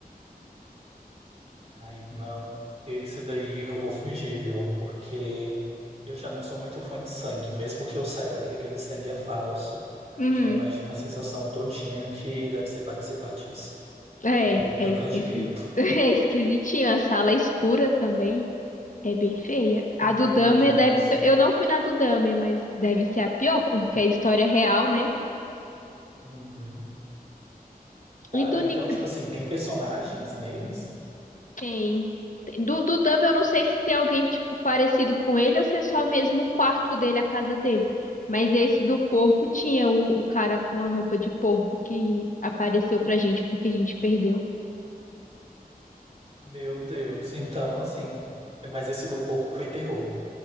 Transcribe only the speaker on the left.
Uhum.
É,
é
esquisito.
<laughs> É esquisitinho. A sala é escura também. É bem feia. A
do Dahmer
deve ser. Eu não fui na do Dahmer, mas deve ser a pior, porque é a história é real, né?
E do
Nick.
Tem. tem- Do, do Dahmer, eu não sei se tem alguém, tipo, parecido com ele ou se é só mesmo o quarto dele, a casa dele. Mas esse do porco tinha o, o cara com a roupa de porco que apareceu pra gente porque a gente perdeu.